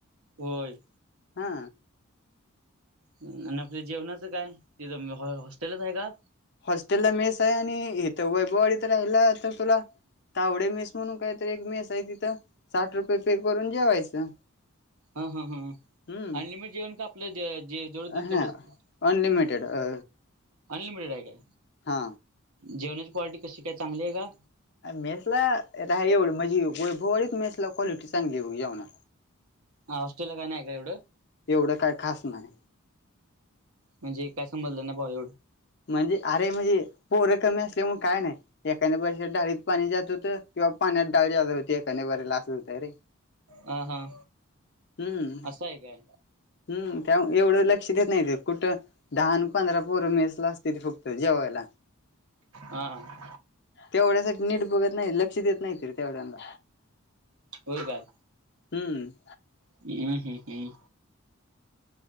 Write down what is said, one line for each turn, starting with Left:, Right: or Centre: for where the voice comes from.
Right: होय.
Left: हा.
Right: आणि आपल्या जेवणाचं काय, तिथ हॉस्टेलच आहे का?
Left: हॉस्टेल ला मेस आहे आणि इथं वैभववाडीत राहिलं तर तुला तावडे मेस म्हणून कायतरी एक मेस आहे तिथं साठ रुपये पे करून जेवायचं.
Right: हा हा हा,
Left: हम्म
Right: अनलिमिट जेवण का आपल्या जे-जेवढ दिल
Left: अ
Right: तेवढंच.
Left: अनलिमिटेड आ.
Right: अनलिमिटेड आहे का?
Left: हा.
Right: जेवणाची क्वालिटी कशी काय चांगली आहे का?
Left: मेसला नाही एवढं म्हणजे <unintelligible> वैभववाडीत मेसला क्वालिटी चांगली आहे बघं जेवणाला.
Right: हा होस्टेलला काय नाही काय एवढं?
Left: एवढं काय खास नाही.
Right: म्हणजे काय समजलं नाही भाऊ एवढं
Left: म्हणजे अरे म्हणजे, पोरं कमी असल्यामुळे काय नाही. एकाने बारीला डाळीत पाणी जास्त होतं किंवा पाण्यात डाळी जादा होती एकाने बरीला असं होतय रे.
Right: हा हा
Left: हम्म.
Right: असं आहे काय
Left: हम् त्यामुळं, एवढं लक्ष देत नाही ते कुठं दहान पंधरा पोर मेस ला असतेती फक्त जेवायला.
Right: हा.
Left: तेवढ्यासाठी नीट बघत नाही लक्ष देत नाहीत तेवढ्यांना.
Right: होय काय?
Left: हम्म.
Right: हम्म हम् हम्म.